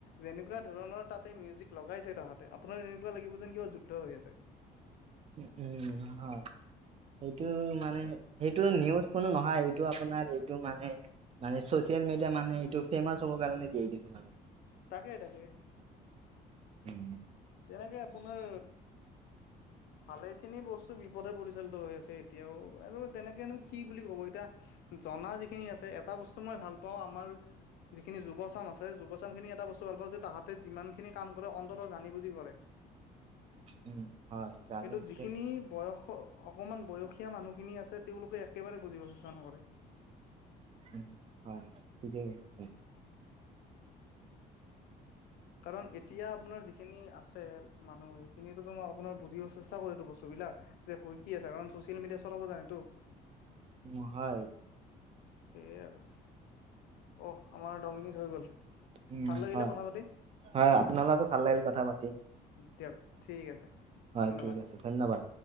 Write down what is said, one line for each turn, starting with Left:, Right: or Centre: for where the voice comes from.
Left: যেনেকুৱা ধৰণৰ তাতে মিউজিক লগাইছে তাহাঁতে, আপোনাৰ এনেকুৱা লাগিব যেন কিবা যুদ্ধ হৈ আছে।
Right: উ উম, হয়। সেইটো মানে, সেইটো নিউজ কোনো নহয়, এইটো আপোনাৰ এইটো মানে, মানে চচিয়েল মিডিয়া মানে এইটো, ফেমাচ হ'ব কাৰণে দিয়ে কিছুমানে।
Left: তাকে, তাকে।
Right: <inaudible>
Left: তেনেকৈ আপোনাৰ ভালে খিনি বস্তু বিপথে পৰিচালিত হৈ আছে এতিয়াও, আৰু তেনেকেনো কি বুলি ক'ব এতিয়া জনা যিখিনি আছে এটা বস্তু মই ভাল পাওঁ আমাৰ যিখিনি যুৱচাম আছে যুৱচাম খিনি এটা বস্তু ভাল পা যে তাহাঁতে যিমান খিনি কাম কৰে অন্ততঃ জানি বুজ যি কৰে,
Right: উম, হয় জালুকতে
Left: কিন্তু যিখিনি বয়স অকমান বয়স দুখীয়া মানুহখিনি আছে তেওঁলোকে একেবাৰে বুজিব চেষ্টা নকৰে।
Right: উ হয় হয় ঠিকেই আছ
Left: কাৰণ এতিয়া আপোনাৰ যিখিনি আছে মানুহ সেইখিনিয়েটো ম আপোনাৰ বুজিব চেষ্টা কৰেতো বস্তু যে হৈ কি আছে, কাৰণ চচিয়েল মিডিয়া চলাব জানেটো।
Right: উ হয়।
Left: সেইয়াই আৰু অহঃ আমাৰ দহমিনিট হৈ গ'ল।
Right: উম
Left: ভাল লাগিলে
Right: হয়
Left: কথা পাতি
Right: হয় আপোনালগতো ভাল লাগিল কথা পাতি।
Left: দিয়ক ঠিক আছে।
Right: হয়
Left: ধন্যবাদ।
Right: ঠিক আছে ধন্যবাদ।